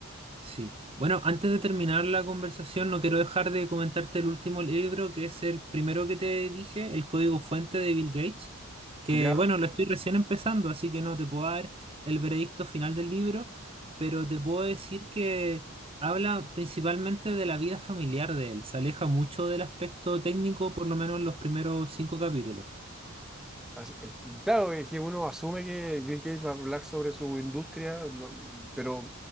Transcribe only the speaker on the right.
sí. Bueno, antes de terminar la conversación, no quiero dejar de comentarte el último libro, que es el primero que te dije, El Código Fuente de Bill Gates, que
bueno, lo estoy recién empezando, así que no te puedo dar el veredicto final del libro, pero te puedo decir que habla principalmente de la vida familiar de él, se aleja mucho del aspecto técnico, por lo menos en los primeros cinco capítulos,